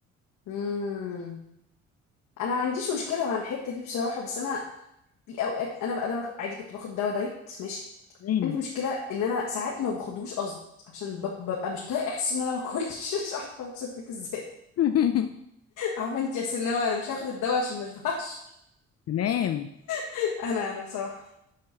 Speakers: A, on the left; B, on the left.
A: مم. أنا ما عنديش مشكلة مع الحتة دي بصراحة بس أنا في أوقات أنا أنا عادي كنت باخد دواء دايت ماشي
B: تمام
A: عندي مشكلة إن أنا ساعات ما باخدوش قصد عشان بب- ببقى مش طايقة إحساس إن أنا ما أكلش <laughs> مش عارفة أوصف لك إزاي
B: <laughs>
A: عارفة أنت إحساس إن هو أنا مش هاخد الدواء عشان ما أشبعش
B: تمام
A: <laughs> أنا أنا بصراحة